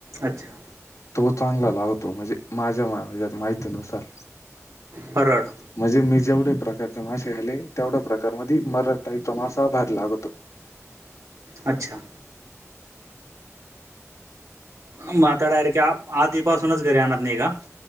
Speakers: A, on the right (about 70°); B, on the left (about 75°).
A: अच्छा
B: तो चांगला लावतो म्हणजे माझ्या माहितीनुसार
A: बरोबर
B: म्हणजे मी जेवढे प्रकारचे मासे खाल्ले तेवढ्या प्रकार मधी मरड टाईपचा मासा भारी लागतो.
A: अच्छा मं आता डायरेक्ट आधीपासूनच घरी आणत नाही का?